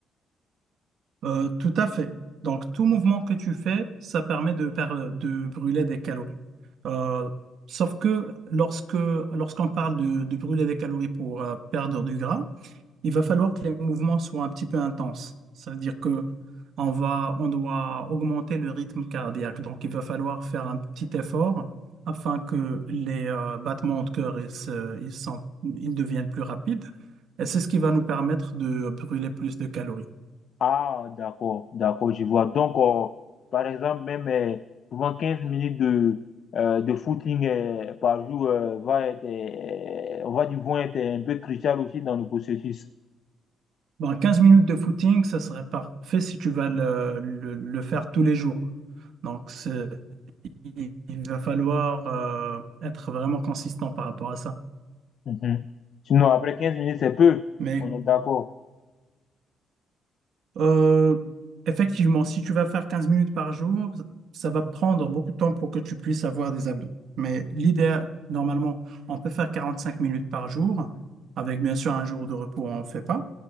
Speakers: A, on the right; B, on the left.
A: Euh, tout à fait. Donc, tout mouvement que tu fais, ça permet de, per- de brûler des calories. Euh, sauf que lorsque, lorsqu'on parle de, de brûler des calories pour euh, perdre du gras, il va falloir que les mouvements soient un petit peu intenses. Ça veut dire que on va, on doit augmenter le rythme cardiaque. Donc, il va falloir faire un petit effort afin que les euh, battements de cœur ils, se- ils sont- ils deviennent plus rapides. Et c'est ce qui va nous permettre de brûler plus de calories.
B: Ah, d'accord, d'accord, je vois. Donc, euh, par exemple, même euh, souvent 15 minutes de, euh, de footing euh, par jour euh, va être, euh, on va dire, vont être un peu crucial aussi dans le processus.
A: Bon, quinze minutes de footing, ça serait parfait si tu vas le, le- le faire tous les jours. Donc, c'est- il, il va falloir euh, être vraiment consistant par rapport à ça.
B: Mhm. Sinon, après 15 minutes, c'est peu.
A: Mais
B: On est d'accord.
A: Euh, effectivement, si tu vas faire 15 minutes par jour, ça va prendre beaucoup de temps pour que tu puisses avoir des abdos. Mais l'idéal, normalement, on peut faire 45 minutes par jour, avec
B: Oui,
A: bien sûr un jour de repos, on ne fait pas.